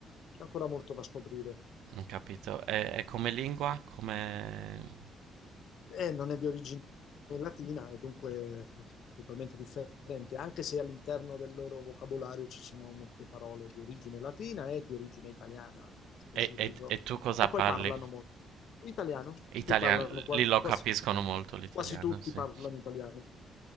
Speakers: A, on the left; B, on the right.
A: c'è ancora molto da scoprire.
B: Ho capito. E, e come lingua? Come...
A: Eh, non è di origine latina e dunque totalmente differente, anche se all'interno del loro vocabolario ci sono molte parole di origine latina e di origine italiana nello specifico.
B: E, e- e tu cosa
A: E poi
B: parli?
A: parlano molto italiano,
B: Italiano?
A: qui parlano qua-
B: Lì lo
A: quasi,
B: capiscono molto l'italiano,
A: quasi tutti
B: sì.
A: parlano italiano.